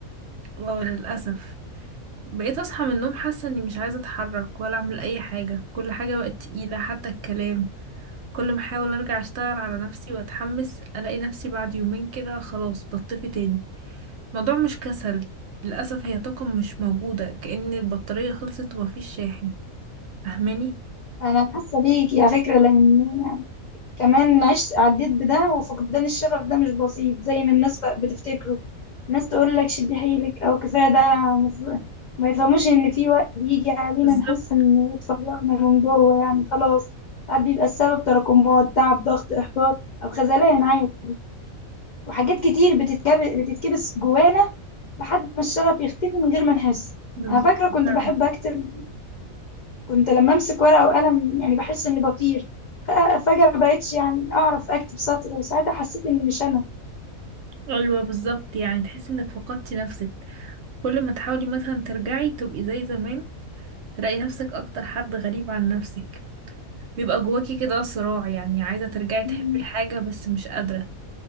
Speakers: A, on the right; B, on the left.
A: اه للأسف بقيت أصحى من النوم حاسة إني مش عايزة أتحرك ولا أعمل أي حاجة كل حاجة بقت تقيلة حتى الكلام كل ما أحاول أرجع أشتغل على نفسي وأتحمس ألاقي نفسي بعد يومين كده خلاص بطفي تاني الموضوع مش كسل للأسف هي طاقة مش موجودة كأن البطارية خلصت ومفيش شاحن فاهماني
B: انا حاسه بيك على فكره لان يعني كمان عشت عديت بده وفقدان الشغف ده مش بسيط زي ما الناس ف- بتفتكره الناس تقول لك شد حيلك او كفايه ده أنا مف- ما يفهموش ان في وقت بيجي علينا
A: بالظبط
B: نحس ان اتفرغنا من جوه يعني خلاص ساعات بيبقى السبب تراكمات تعب ضغط احباط او خذلان عادي وحاجات كتير بتتكب... بتتكبس جوانا لحد ما الشغف يختفي من غير ما نحس
A: بالظبط
B: انا فاكره كنت
A: فعلا.
B: بحب اكتب كنت لما امسك ورقه وقلم يعني بحس اني بطير فأ- فجاه ما بقتش يعني اعرف اكتب سطر وساعتها حسيت اني مش انا
A: ايوه بالظبط يعني تحس انك فقدتي نفسك كل ما تحاولي مثلا ترجعي تبقي زي زمان تلاقي نفسك اكتر حد غريب عن نفسك بيبقى جواكي كده صراع يعني عايزة ترجعي تحبي
B: مم.
A: حاجة بس مش قادرة